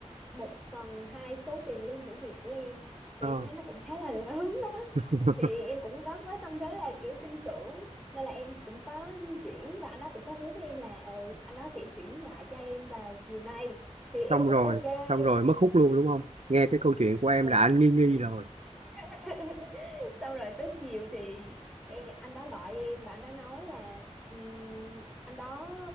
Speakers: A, in the centre; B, on the right (about 65°).
A: một phần hai số tiền lương thử việc của em
B: Ờ.
A: thì em thấy nó cũng khá là <laughs> lớn đó
B: <laughs>
A: thì em cũng có với tâm thế là kiểu tin tưởng nên là em cũng có chuyển và anh đó cũng có hứa với em là ờ anh đó sẽ chuyển lại cho em vào chiều nay thì em
B: Xong
A: cũng
B: rồi,
A: ok
B: xong rồi,
A: cũng
B: mất hút luôn đúng không? Nghe cái câu chuyện của
A: xong
B: em
A: rồi
B: là anh nghi nghi rồi.
A: <laughs> xong rồi tới chiều thì e, anh đó gọi em và anh đó nói là ừm, anh đó